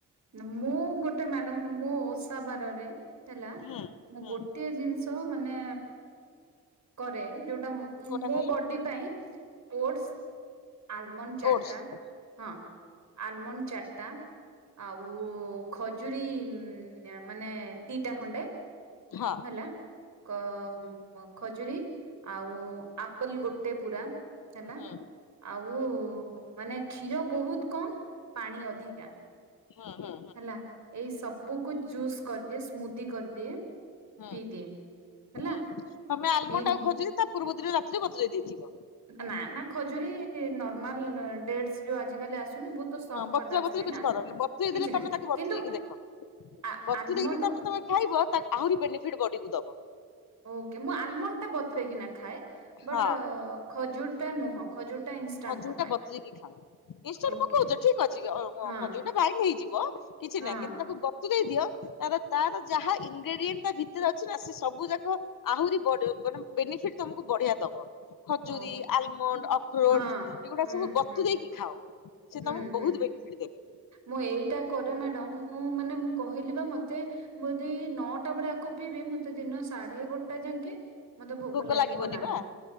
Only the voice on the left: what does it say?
ହୁଁ
ହୁଁ
କୋଉଟା କହିଲ
ଓଡସ୍
ହଁ
ହୁଁ।
ହଁ ହଁ।
ହୁଁ
ହୁଁ ତମେ ଆଲୋମୋଣ୍ଡ
ଆଉ ଖୋଜିରି ତା ପୂର୍ବ ଦିନ ରାତିରେ ବତ ତୁରେ ଦେଇଥିବି।
ହଁ ବତୁରା
ବତୁୁରି କିଛି
କରିନି ବତୁରେ
ଦେଲେ ତମେ
ତାକୁ ବତୁରଇକି
ଦେଖ
ବତୁରେଇକି
ତମେ ତମେ ଖାଇବ ଆହୁରି ବେନିଫିଟ୍ ବଡିକୁ ଦବ।
ହଁ।
ଖଜୁରୀଟା
ବତୁରେଇକି ଖାଉ। ଇନଷ୍ଟାଣ୍ଟ
ପକଉଚ ଠିକ ଅଛି ଅ-ଅ-ଖଜୁରୀଟା
ବାଇଣ୍ଡ ହେଇଯିବ କିଛି
ନାହିଁ, କିନ୍ତୁ ତାକୁ ବ ତୁରେଇ ଦିଅ, ତାର ତାର ଯାହା ଇନଗ୍ରେଡିଏଣ୍ଟ ଟା ତା ଭିତରେ ଅଛି ନା ସେ ସବୁ ଯାକ ଆହୁରି ବଡ ମାନେ ବେନିଫିଟ ତମକୁ ବଢିଆ ଦବ। ଖଜୁରୀ,
ଆଲମଣ୍ଡ, ଅଖ୍ରୋଟ
ଏଗୁଡା
ସବୁ ବତୁରେଇକି
ଖାଅ। ସେ
ତମକୁ ବହୁତ
ବେନିଫିଟ ଦେବେ।
ଭୋକ
ଲାଗିବନି
ବା,